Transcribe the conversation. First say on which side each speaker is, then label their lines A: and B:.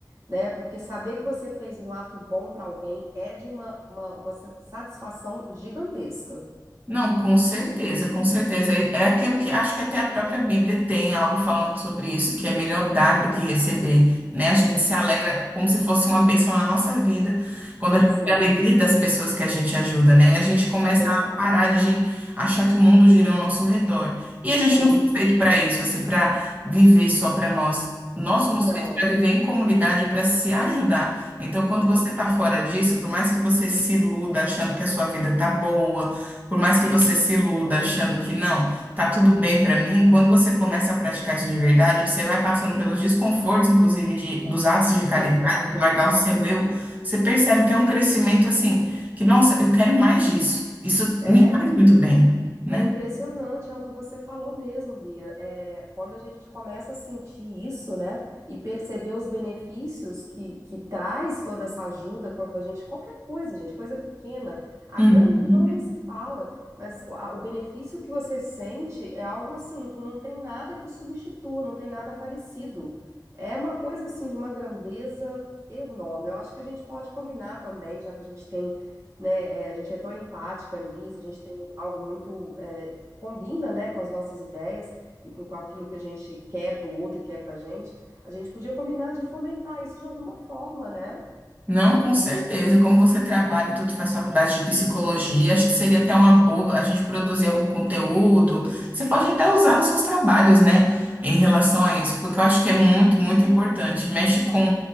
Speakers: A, on the right (about 40°); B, on the right (about 20°).
A: Né? Porque saber que você fez um ato bom para alguém é de uma, uma, uma sa- satisfação gigantesca.
B: Não, com certeza, com certeza. É, é aquilo que acho que até a própria Bíblia tem algo falando sobre isso, que é melhor dar do que receber, né? A gente se alegra como se fosse uma bênção na nossa vida, quando
A: Mas
B: a gente
A: é,
B: vê a alegria das pessoas que a gente ajuda, né? E a gente começa
A: é verdade.
B: a parar de achar que o mundo gira ao nosso redor. E a gente
A: É
B: não
A: isso.
B: foi feito para isso, assim, para viver só para nós. Nós somos
A: Não.
B: feitos para viver em comunidade, para se ajudar. Então, quando
A: Exato.
B: você está fora disso, por mais que você se iluda achando que a sua vida tá boa, por mais que você se iluda achando que não, tá tudo bem pra mim, quando você começa a praticar isso de verdade, você vai passando pelos desconfortos, inclusive, de, dos atos de caridade,
A: Verdade,
B: de largar
A: amiga.
B: o seu eu, você percebe que é um crescimento assim, que, nossa, eu quero mais disso. Isso
A: É,
B: me faz muito bem, né?
A: é impressionante, é o que você falou mesmo, Bia. É, quando a gente começa a sentir isso, né, e perceber os benefícios que, que traz toda essa ajuda, quando a gente, qualquer coisa, gente, coisa pequena, a
B: Uhum.
A: grande então nem se fala, mas o a- o benefício que você sente é algo assim, que não tem nada que substitua, não tem nada parecido. É uma coisa assim de uma grandeza enorme. Eu acho que a gente pode combinar também, já que a gente tem né? é, a gente é tão empática nisso, a gente tem algo muito é, combina, né, com as nossas ideias e com, com aquilo que a gente quer para o outro e quer para a gente. A gente podia combinar de fomentar isso de alguma forma, né?
B: Não, com certeza. Como você trabalha e tudo faz faculdade de psicologia, acho que seria até uma boa a gente produzir algum conteúdo. Você pode até usar nos seus trabalhos, né, em relação a isso, porque eu acho que é muito, muito importante. Mexe com